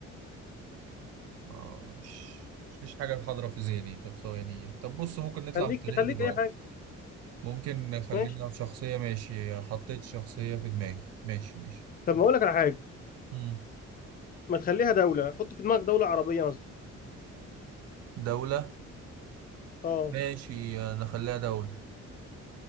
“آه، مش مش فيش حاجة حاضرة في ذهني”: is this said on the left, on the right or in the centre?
Right